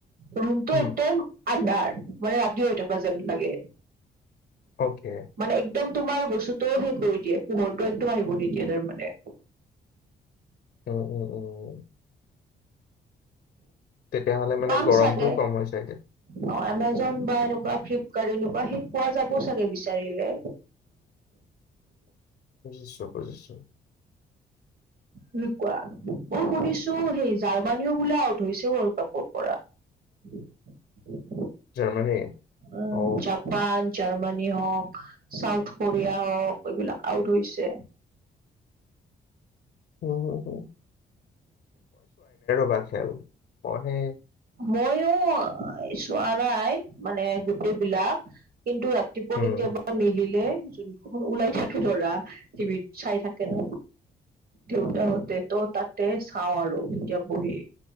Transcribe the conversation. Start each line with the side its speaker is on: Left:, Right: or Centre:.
Right: ৰুমটো
Left: উম
Right: একদম আন্ধাৰ মানে ৰাতি হৈ থকা যেন লাগে।
Left: অকে।
Right: মানে একদম তোমাৰ বস্তুটোও শেষ কৰি দিয়ে, পোহৰটো একদম আহিব নিদিয়ে তাৰমানে।
Left: উম উম উম। তেতিয়াহ'লে মানে
Right: পাম
Left: গৰমটোও
Right: চাগে
Left: কম হয় চাগে?
Right: অ এমেজন বা এনেকুৱা ফিলিকাৰ্ট এনেকোৱা হেৰিত পোৱা যাব চাগে বিচাৰিলে।
Left: বুজিছো বুজিছো।
Right: এনেকুৱা, মই শুনিছো সেই জাৰ্মানীও বোলে আউট হৈছে ৱৰ্ল্ড কাপৰ পৰা। <inaudible>
Left: জাৰ্মানী
Right: উম
Left: অ
Right: জাপান জাৰ্মানী হওক, চাউথ কোৰিয়া হওক, এইবিলাক আউট হৈছে। <inaudible>
Left: হু হু হু বা খেল পঢ়ে
Right: মইয়ো চোৱা নাই মানে গোটেই বিলাক কিন্তু ৰাতিপুৱা
Left: উম,
Right: কেতিয়াবা মিলিলে যোনখন ওলাই থাকে ধৰা টিভিত চাই থাকে ন। দেউতাহঁতে ত তাতে চাওঁ আৰু তেতিয়া বহি